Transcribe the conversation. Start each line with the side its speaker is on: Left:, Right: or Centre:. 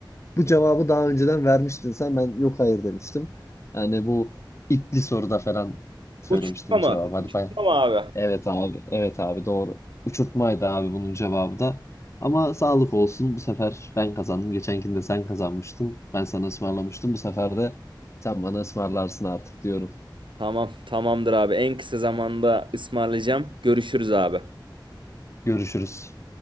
Left: Bu cevabı daha önceden vermiştin sen. Ben yok hayır demiştim. Yani bu itli soruda falan söylemiştin
Right: Uçurtma mı?
Left: cevabı. Hadi
Right: Uçurtma
Left: bay
Right: mı abi?
Left: Evet abi. Evet abi doğru. Uçurtmaydı abi bunun cevabı da. Ama sağlık olsun. Bu sefer ben kazandım. Geçenkinde sen kazanmıştın. Ben sana ısmarlamıştım. Bu sefer de sen bana ısmarlarsın artık diyorum.
Right: Tamam, tamamdır abi. En kısa zamanda ısmarlayacağım. Görüşürüz abi.
Left: Görüşürüz.